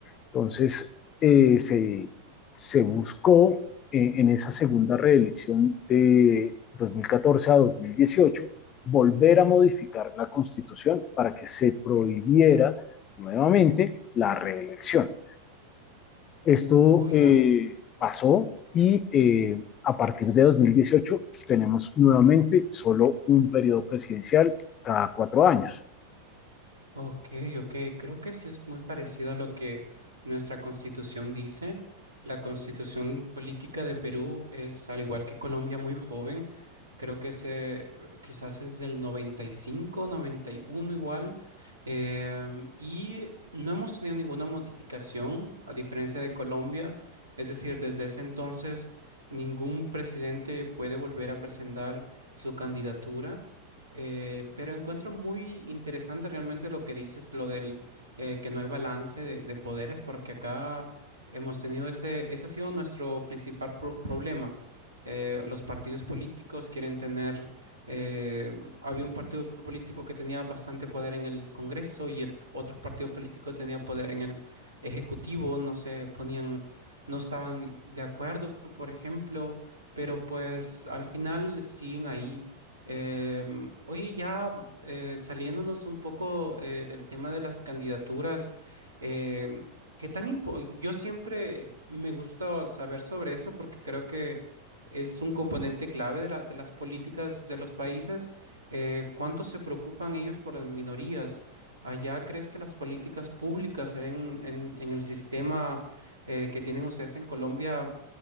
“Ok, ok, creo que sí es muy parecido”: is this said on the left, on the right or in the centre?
Right